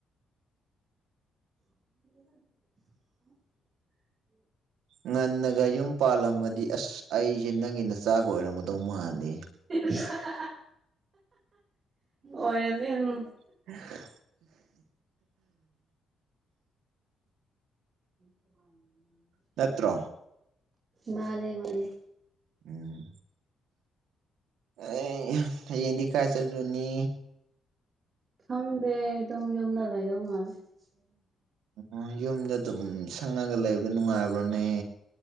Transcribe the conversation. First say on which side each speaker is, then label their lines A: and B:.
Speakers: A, on the right; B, on the right.
A: <unintelligible> <inaudible>
B: ꯉꯟꯅꯒ ꯌꯨꯝ ꯄꯥꯜꯂꯝꯃꯗꯤ ꯑꯁ ꯑꯩꯖꯦ ꯅꯪꯒꯤ ꯅꯆꯥꯒ ꯑꯣꯏꯔꯝꯒꯗꯧ ꯃꯥꯂꯦ
A: ꯍꯥꯍꯥꯍꯥꯍꯥꯍꯥ ꯑꯣꯏꯔꯝꯅꯤ ꯎꯝ
B: <unintelligible>
A: <unintelligible>
B: ꯅꯠꯇ꯭ꯔꯣ
A: ꯃꯥꯅꯦ ꯃꯥꯅꯦ
B: ꯎꯝ ꯑꯦ ꯍꯌꯦꯡꯗꯤ ꯀꯥꯏ ꯆꯠꯂꯨꯅꯤ
A: ꯈꯪꯗꯦ ꯑꯗꯨꯝ ꯌꯨꯝꯗ ꯂꯩꯗꯧ ꯃꯥꯜꯂꯦ <inaudible>
B: ꯑꯣ ꯌꯨꯝꯗ ꯑꯗꯨꯝ ꯁꯪꯉꯒ ꯂꯩꯕ ꯅꯨꯡꯉꯥꯏꯕ꯭ꯔꯣꯅꯦ